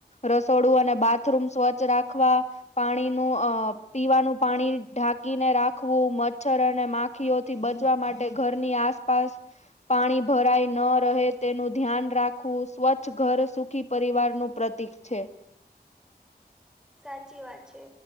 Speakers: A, on the left; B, in the centre.
A: રસોડું અને બાથરૂમ સ્વચ્છ રાખવા. પાણીનું અ પીવાનું પાણી ઢાંકીને રાખવું. મચ્છર અને માખ ખીઓથી બચવા માટે ઘરની આસપાસ પાણી ભરાય ન રહે તેનું ધ્યાન રાખવું. સ્વચ્છ ઘર સુખી પરિવાર નું પ્રતિક છે.
B: સાચી વાત છે.